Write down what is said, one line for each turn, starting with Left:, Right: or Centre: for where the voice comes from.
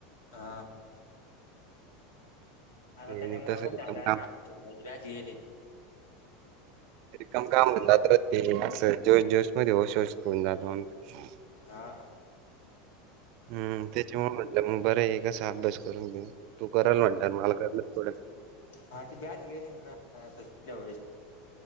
Left: हा आता
Right: नाही
Left: त्याच्यामुळ
Right: नाही तसं
Left: का <unintelligible>
Right: रिकाम
Left: डायरेक्ट
Right: काम
Left: रुपयाची भाजी येते.
Right: रिकाम कामून जात ते असं जोस जोश मध्ये होश होश खोऊन जातो म्ह
Left: हा
Right: हम्म त्याच्यामुळ म्हटलं मग बरं एकासा अभ्यास करून घेऊ तू करल म्हटल्यावर मला करणच पडणं
Left: हा ती बॅच गेली <unintelligible>